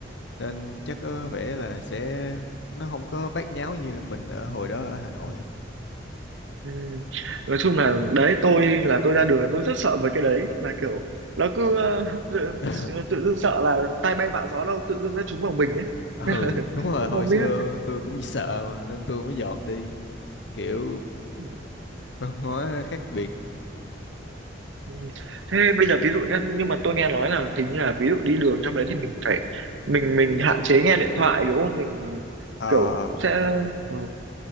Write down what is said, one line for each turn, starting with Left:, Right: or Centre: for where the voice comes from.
Left: nên chắc có
Right: ừ.
Left: vẻ là sẽ nó không có bát nháo như mình ở hồi đó ở Hà Nội
Right: Ừ. nói chung là đấy tôi là tôi ra đường là tôi rất sợ mấy cái đấy là kiểu nó cứ ờ, <laughs>
Left: <laughs>
Right: tự, tự dưng sợ là tai bay vạ gió đâu tự dưng nó trúng vào mình ấy
Left: ừ
Right: <laughs>
Left: đúng rồi
Right: cũng
Left: hồi
Right: không
Left: xưa
Right: biết
Left: tôi cũng sợ mà nên tôi mới dọn đi kiểu
Right: Ừ.
Left: văn hóa khác biệt
Right: Ừ. Thế bây giờ ví dụ nhá, nhưng mà tôi nghe nói là hình như là ví dụ đi đường trong đấy thì mình phải mình mình hạn chế nghe điện thoại đúng không? Mình
Left: Ờ
Right: kiểu sẽ ừ.